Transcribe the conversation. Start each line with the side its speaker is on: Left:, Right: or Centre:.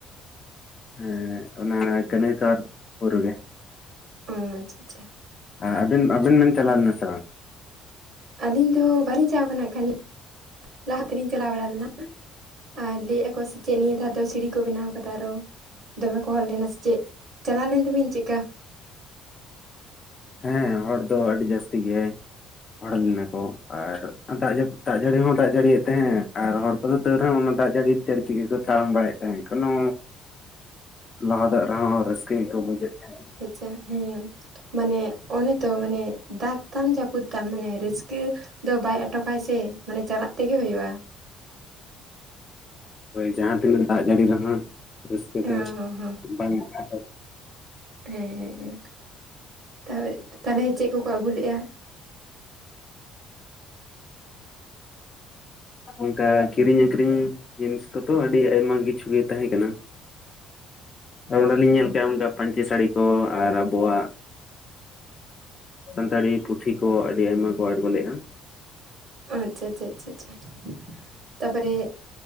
Left: ᱦᱮᱸ ᱚᱱᱟ ᱠᱟᱹᱱᱟᱹᱭ ᱥᱚᱨ ᱵᱩᱨᱩ ᱜᱮ ᱾
Right: ᱚᱸ ᱪᱷᱟ ᱪᱷᱟ᱾
Left: ᱟ ᱟᱵᱤᱱ ᱟᱵᱤᱱ ᱵᱤᱱ ᱪᱟᱞᱟᱣ ᱞᱮᱱᱟ ᱥᱮ ᱵᱟᱝ?
Right: ᱟᱹᱞᱤᱧ ᱫᱚ ᱵᱟᱹᱞᱤᱧ ᱪᱟᱣ ᱠᱟᱱᱟ ᱠᱷᱟᱡ, ᱞᱟᱦᱟ ᱛᱮᱞᱤᱧ ᱪᱟᱞᱟᱣ ᱵᱟᱲᱟ ᱞᱮᱱᱟ᱾ ᱟᱨ ᱞᱟᱹᱭᱮᱜ-ᱟ ᱠᱚ ᱥᱮ ᱪᱮᱫ ᱱᱤᱭᱟᱹ ᱫᱷᱟᱣ ᱛᱚ ᱥᱤᱲᱤ ᱠᱚ ᱵᱮᱱᱟᱣ ᱠᱟᱫᱟ ᱟᱨᱚ ᱫᱚᱢᱮ ᱠᱚ ᱦᱚᱲ ᱞᱮᱱᱟ ᱥᱮ ᱪᱮᱫ ᱪᱟᱞᱟᱣ ᱞᱮᱱ ᱫᱚᱵᱤᱱ ᱪᱮᱜᱠᱟ?
Left: ᱦᱮᱸ, ᱦᱚᱲ ᱫᱚ ᱟᱹᱰᱤ ᱡᱟᱹᱥᱛᱤ ᱜᱮ ᱦᱚᱲ ᱞᱮᱱᱟ ᱠᱚ ᱾ ᱟᱨ ᱫᱟᱜ ᱡᱟᱹᱯᱩᱫ ᱫᱟᱜ ᱡᱟᱹᱲᱤ ᱦᱚᱸ ᱫᱟᱜ ᱡᱟᱹᱲᱤᱭᱮᱫ ᱛᱟᱦᱮᱸ ᱟᱨ ᱦᱚᱲ ᱠᱚᱫᱚ ᱛᱟᱹᱣ ᱨᱮᱦᱚᱸ ᱚᱱᱟ ᱫᱟᱜ ᱡᱟᱲᱤ ᱪᱟᱹᱲᱤ ᱛᱮᱜᱮ ᱠᱚ ᱛᱟᱲᱟᱢ ᱵᱟᱲᱟᱭᱮᱜ ᱛᱟᱦᱮᱸ ᱠᱚᱱᱚ
Right: <inaudible>
Left: ᱞᱟᱦᱟᱫᱟᱜ ᱨᱮᱦᱚᱸ ᱨᱟᱹᱥᱠᱟᱹ ᱜᱮᱠᱚ ᱵᱩᱡᱮᱜ ᱛᱟᱦᱮᱸ ᱾
Right: ᱪᱟ ᱦᱮᱸ, ᱢᱟᱱᱮ ᱚᱱᱮ ᱛᱚ ᱢᱟᱱᱮ ᱫᱟᱜᱽ ᱛᱟᱢ ᱡᱟᱹᱯᱩᱫ ᱛᱟᱢ ᱢᱟᱱᱮ ᱨᱟᱹᱥᱠᱟᱹ ᱫᱚ ᱵᱟᱭ ᱟᱴᱚᱠᱟᱭ ᱥᱮ, ᱢᱟᱱᱮ ᱪᱟᱞᱟᱜ ᱛᱮᱜᱮ ᱦᱳᱭᱳᱜᱼᱟ ᱾
Left: ᱦᱳᱭ, ᱡᱟᱦᱟᱸ ᱛᱤᱱᱟᱹᱜ ᱫᱟᱜ ᱡᱟᱹᱲᱤ ᱨᱮᱦᱚᱸ ᱨᱟᱹᱥᱠᱟᱹ
Right: ᱦᱚᱸ
Left: ᱫᱚ
Right: ᱦᱚᱸ
Left: ᱵᱟᱝ ᱟᱰᱚᱜ
Right: ᱦᱮᱸ, ᱦᱮᱸ, ᱦᱮᱸ, ᱛᱟᱦᱮ ᱛᱟᱦᱚᱞᱮ ᱪᱮᱫ ᱠᱚᱠᱚ ᱟᱹᱜᱩ ᱞᱮᱜᱼᱟ? <inaudible>
Left: ᱚᱝᱠᱟ ᱠᱤᱨᱤᱧ ᱟᱹᱷᱨᱤᱧ ᱡᱤᱱᱤᱥ ᱠᱚᱛᱚ ᱟᱹᱰᱤ ᱟᱭᱢᱟ ᱠᱤᱪᱷᱩ ᱜᱮ ᱛᱟᱦᱮᱸ ᱠᱟᱱᱟ ᱾
Right: <inaudible>
Left: ᱟ ᱚᱸᱰᱮᱞᱤᱧ ᱧᱮᱞ ᱠᱮᱜ ᱚᱝᱠᱟ ᱯᱟᱹᱧᱪᱤ ᱥᱟᱹᱲᱤ ᱠᱚ ᱟᱨ ᱟᱵᱚᱣᱟᱜ ᱥᱟᱱᱛᱟᱲᱤ ᱯᱩᱛᱷᱤ ᱠᱚ ᱟᱹᱰᱤ ᱟᱭᱢᱟ ᱠᱚ ᱟᱬᱜᱚ ᱞᱮᱜ-ᱟ ᱾
Right: ᱟᱪᱪᱷᱟ ᱟᱪᱪᱷᱟ ᱟᱪᱷᱟ! ᱛᱟᱯᱚᱨᱮ